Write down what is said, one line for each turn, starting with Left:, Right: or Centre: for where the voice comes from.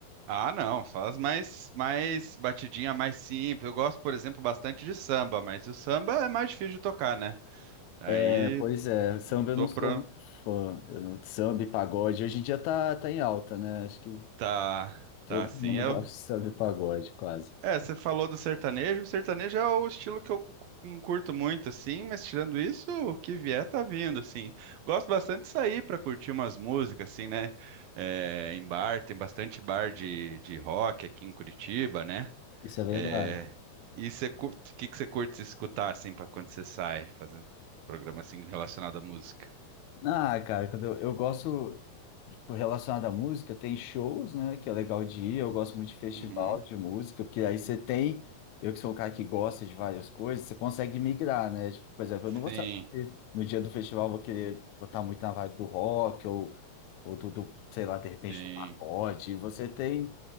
Right: Ah, não, só as mais, mais batidinha, mais simples. Eu gosto, por exemplo, bastante de samba, mas o samba é mais difícil de tocar, né? Aí
Left: É, pois é, samba eu
Right: tô
Left: não sou
Right: pro...
Left: muito fã. Eu- Samba e pagode hoje em dia tá, tá em alta, né? Acho que
Right: Tá,
Left: todo
Right: tá assim.
Left: mundo
Right: Eu,
Left: gosta de samba e pagode, quase.
Right: é, você falou do sertanejo. O sertanejo é o estilo que eu não curto muito, assim, mas tirando isso, o que vier tá vindo, assim. Gosto bastante de sair pra curtir umas músicas, assim, né? É, em bar, tem bastante bar de, de rock aqui em Curitiba, né?
Left: Isso é verdade.
Right: É, e você curte, o que que você curte escutar, assim, pra quando você sai, fazer um programa, assim, relacionado à música?
Left: Ah, cara, quando eu, eu gosto, tipo, relacionado à música, tem shows, né, que é legal de ir, eu gosto muito de festival
Right: Uhum.
Left: de música, porque aí você tem, eu que sou um cara que gosta de várias coisas, você consegue migrar, né, tipo, por exemplo, eu não vou
Right: Sim,
Left: saber se no dia do festival eu vou querer botar muito na vibe do rock, ou, ou do, do, sei lá, de repente
Right: sim,
Left: do pagode, você tem